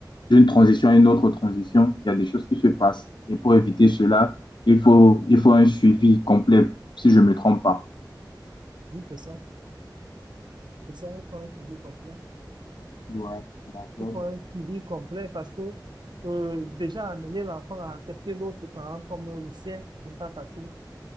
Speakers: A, on the left (about 80°); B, on the right (about 70°).
A: d'une transition à une autre transition, il y a des choses qui se passent. Et pour éviter cela, il faut, il faut un suivi complet, si je ne me trompe pas.
B: bout de ça. Et ça, il faut un sujet complet.
A: Ouais, d'accord,
B: c'est pour
A: d'accord.
B: un suivi complet parce que euh, déjà amener l'enfant à accepter l'autre parent comme le sien, ce n'est pas facile.